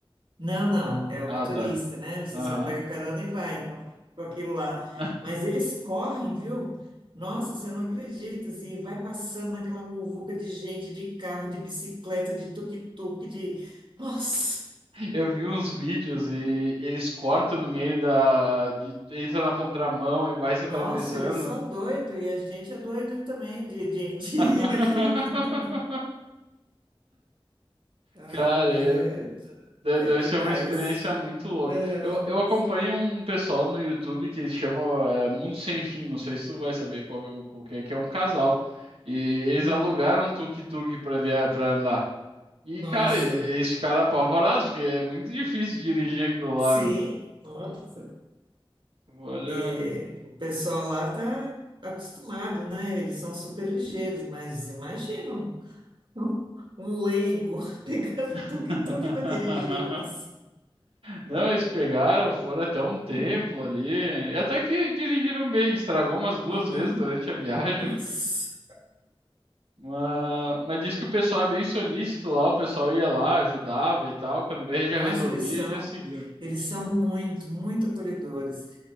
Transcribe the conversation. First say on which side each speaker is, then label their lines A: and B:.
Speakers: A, on the right; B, on the right.
A: não, não, é o
B: Ah,
A: motorista,
B: tá.
A: né? Você
B: Aham.
A: só pega a carona e vai com, a- com aquilo lá.
B: <laughs>
A: Mas eles correm, viu? Nossa, você não acredita, assim, vai passando naquela muvuca de gente, de carro, de bicicleta, de tuk-tuk, de... Nossa!
B: Eu vi uns vídeos e eles cortam no meio da. de- entra na contramão e vai se atravessando.
A: Nossa, eles são doidos e a gente é doido também de, de, <laughs> de ir
B: <laughs>
A: naquilo lá. Ai,
B: Cara,
A: mas
B: eu-
A: é,
B: de-
A: é
B: deve
A: demais.
B: ser uma experiência muito louca.
A: Aham.
B: Eu, eu acompanho um pessoal no YouTube que chama é, Mundo Sem Fim, não sei se tu vai saber qual, qual que é, que é um casal. E eles
A: Hum.
B: alugaram um tuk-tuk pra, via- pra andar. E,
A: Nossa,
B: cara, e- eles ficaram apavorados, porque é muito difícil dirigir aquilo lá,
A: sim,
B: né?
A: nossa.
B: Olha.
A: É, O pessoal lá tá acostumado, né? Eles são super ligeiros, mas imagina um, um leigo <laughs> pegando
B: <laughs>
A: um tuk-tuk para dirigir, nossa.
B: Não, eles pegaram, foram até um templo
A: Hum.
B: ali. E até que dirigiram bem, estragou umas duas
A: Uhum.
B: vezes durante a viagem.
A: Nossa.
B: Mas, mas diz que o pessoal é bem solícito lá, o pessoal ia lá, ajudava e tal. Quando veio,
A: Nossa,
B: já resolvia
A: eles são,
B: e já seguia.
A: eles são muito, muito acolhedores.